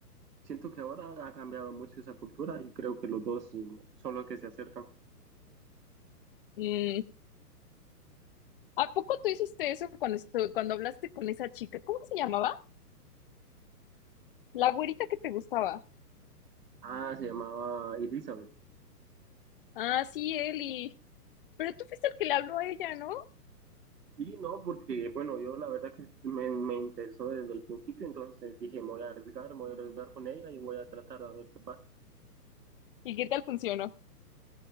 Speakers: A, on the right; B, on the left.
A: siento que ahora ha cambiado mucho esa cultura y creo que los dos mm, son los que se acercan.
B: Mm, ¿A poco tú hiciste eso cuando, estu- cuando hablaste con esa chica? ¿Cómo se llamaba? La güerita que te gustaba.
A: Ah, se llamaba Elizabeth.
B: Ah, sí, Eli. Pero tú fuiste el que le habló a ella, ¿no?
A: Sí, no, porque bueno, yo la verdad que me, me interesó desde el principio, entonces dije, me voy a arriesgar, me voy a arriesgar con ella y voy a tratar de ver qué pasa.
B: ¿Y qué tal funcionó?